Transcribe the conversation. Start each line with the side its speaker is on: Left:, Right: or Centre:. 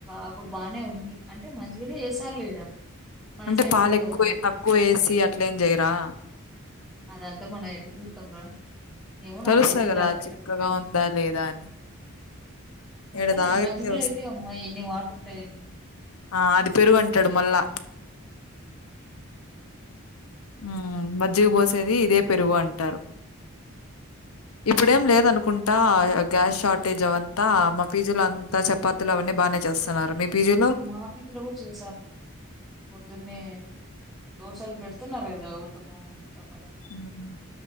Centre: అప్పుడు బానే ఉంది అంటే మంచిగనే ఏస్సార్ లే ఈడ మన
Left: అంటే
Centre: సైడోళ్ళే
Left: పాలు ఎక్కువ
Centre: కదా
Left: తక్కువ వేసి అట్లేం జేయిరా
Centre: అద అంత మనం ఎట్ట జూత్తం రా ఏమో
Left: తెలుస్తాద్
Centre: నాకు తెలీదురా
Left: కదా
Centre: అంత
Left: చిక్కగా
Centre: కరెక్ట్ గా
Left: ఉందా లేదా అని
Centre: ఉంటది
Left: ఈడ తాగితే
Centre: మజ్జిగులో అయితే అమ్మా ఎన్ని వాట ఉంటాయిని
Left: ఆద్ పెరుగు అంటాడు మళ్ళా హ్మ్ మజ్జిగ పోసేది ఇదే పెరుగు అంటారు ఇప్పుడేం లేద్ అనుకుంట ట గ్యాస్ షార్టేజ్ అవంతా మా పీజి లో అంతా చపాతిలు అవన్నీ బాగానే చేస్తున్నారు మీ పీజీలో
Centre: మా పీజీలో కూడా చేశారు పొద్దున్నే దోశలు పెడుతున్నారు కదా ఉతపం చపాతి
Left: హ్మ్